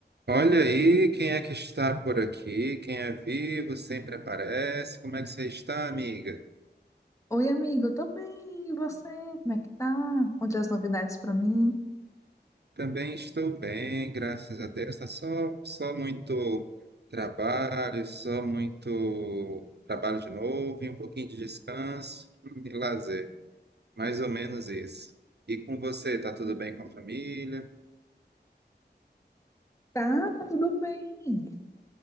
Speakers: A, on the right; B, on the left.
A: Olha aí quem é que está por aqui. Quem é vivo sempre aparece. Como é que você está, amiga?
B: Oi, amigo, eu tô bem. E você? Como é que tá? Onde as novidades pra mim?
A: Também estou bem, graças a Deus. Tá só, só muito trabalho, só muito trabalho de novo e um pouquinho de descanso hum, e lazer. Mais ou menos isso. E com você, tá tudo bem com a família?
B: Tá, tá tudo bem.